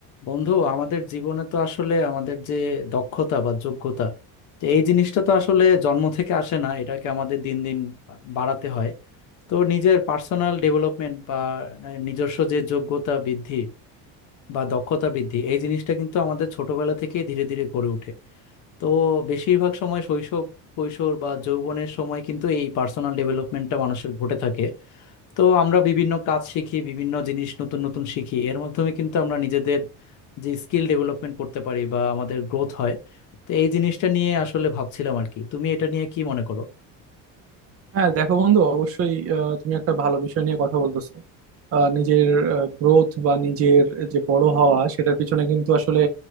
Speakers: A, on the left (about 55°); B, on the right (about 40°).
A: বন্ধু আমাদের জীবনে তো আসলে আমাদের যে দক্ষতা বা যোগ্যতা তো এই জিনিসটা তো আসলে জন্ম থেকে আসে না এটাকে আমাদের দিন দিন বাড়াতে হয় তো নিজের পার্সোনাল ডেভেলপমেন্ট বা নিজস্ব যে যোগ্যতা বৃদ্ধি বা দক্ষতা বৃদ্ধি এই জিনিসটা কিন্তু আমাদের ছোটবেলা থেকেই ধীরে ধীরে গড়ে ওঠে তো বেশিরভাগ সময় শৈশব কৈশোর বা যৌবনের সময় কিন্তু এই পার্সোনাল ডেভেলপমেন্টটা মানুষের ঘটে থাকে তো আমরা বিভিন্ন কাজ শিখি বিভিন্ন জিনিস নতুন নতুন শিখি এর মাধ্যমে কিন্তু আমরা নিজেদের যে স্কিল ডেভেলপমেন্ট করতে পারি বা আমাদের গ্রোথ হয় তো এই জিনিসটা নিয়ে আসলে ভাবছিলাম আর কি তুমি এটা নিয়ে কি মনে করো
B: হ্যাঁ দেখো বন্ধু অবশ্যই আহ, তুমি একটা ভালো বিষয় নিয়ে কথা বলতেছো আহ, নিজের গ্রোথ বা নিজের যে বড় হওয়া সেটার পিছনে কিন্তু আসলে